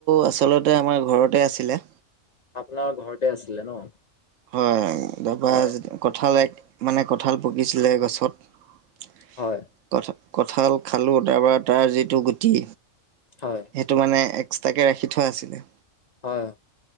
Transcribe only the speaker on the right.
আচলতে আমাৰ ঘৰতে আছিলে।
হয় তাৰপা
কঁঠাল এক মানে কঁঠাল পকিছিলে গছত।
কঠা কঁঠাল খালোঁ তাৰ পৰা তাৰ যিটো গুটি
সেইটো মানে এক্সট্ৰাকে ৰাখি থোৱা আছিলে